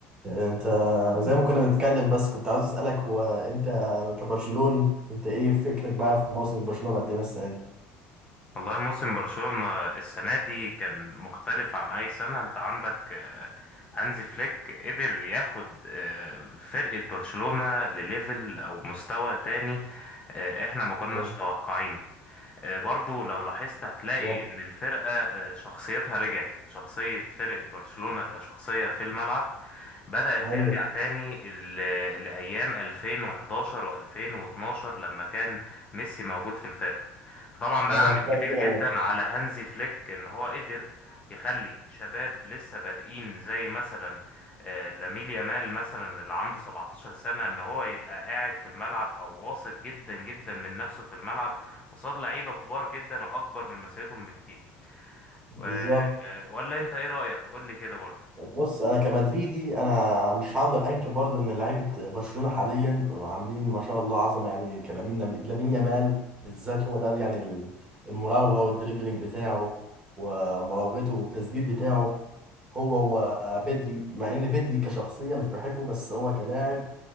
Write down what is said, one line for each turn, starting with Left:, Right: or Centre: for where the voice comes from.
Right: انت زي ما كنا بنتكلم بس كنت عاوز اسالك هو انت كبرشلوني انت ايه فكرك بقى في موسم برشلونه مقدمه السنه دي
Left: والله موسم برشلونة السنة دي كان مختلف عن أي سنة أنت عندك آه، هانزي فليك قدر ياخد آه، فرقة برشلونة لليفل أو مستوى تاني آه، إحنا ما كناش
Right: اه
Left: متوقعينه آه، برضو لو لاحظت هتلاقي
Right: بالظبط
Left: ان الفرقة آه، شخصيتها رجعت شخصية فرقة برشلونة كشخصية في الملعب بدأت
Right: ايوه
Left: ترجع تاني ل- لأيام 2011 و2012 لما كان ميسي موجود في الفرقة طبعا ده
Right: انا
Left: عامل
Right: في رايي
Left: كبير
Right: كده
Left: جدا
Right: برضه.
Left: على هانزي فليك ان هو قدر يخلي شباب لسه بادئين زي مثلا آه، لامين يامال مثلا اللي عنده 17 سنة ان هو يبقى قاعد في الملعب او واثق جدا جدا من نفسه في الملعب قصاد لعيبة كبار جدا وأكبر من مسيرتهم بكتير
Right: بالظبط
Left: و... ولا أنت إيه رأيك؟ قول لي كده برضه
Right: بص انا كمدريدي انا مش هقدر انكر برضو ان لعيبه برشلونه حاليا عاملين ما شاء الله عظمه يعني كلامين لامين لامين يامال بالذات هو ده يعني ال- المراوغه والدريبلينج بتاعه ومراوغته والتسديد بتاعه هو هو بدري مع ان بدري كشخصيه مش بحبه بس هو كلاعب